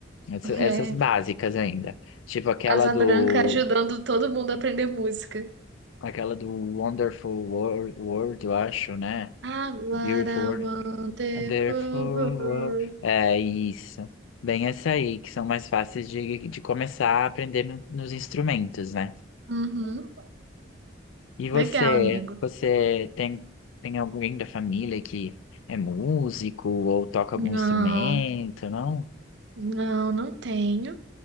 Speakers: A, on the left; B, on the right.
A: Essa-
B: É
A: Essas, básicas ainda. Tipo aquela
B: Asa
A: do.
B: Branca ajudando todo mundo a aprender música.
A: Aquela do Wonderful Wor- World, eu acho, né?
B: Ah, what
A: Beautiful
B: a
A: World.
B: wonderful
A: Wonderful
B: world.
A: World. É isso. Bem, essa aí, que são mais fáceis de, de começar a aprender no- nos instrumentos, né?
B: Uhum.
A: E você,
B: Legal, amigo.
A: você tem, tem alguém da família que é músico ou toca
B: Não,
A: algum instrumento, não?
B: não, não tenho.